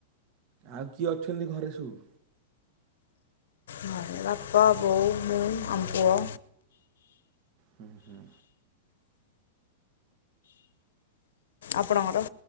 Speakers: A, on the right; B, on the left.
A: ଆଉ କିଏ ଅଛନ୍ତି ଘରେ ସବୁ?
B: ଘରେ ବାପା ବୋଉ ମୁଁ ଆମ ପୁଅ।
A: ହଁ ହଁ।
B: ଆପଣଙ୍କର?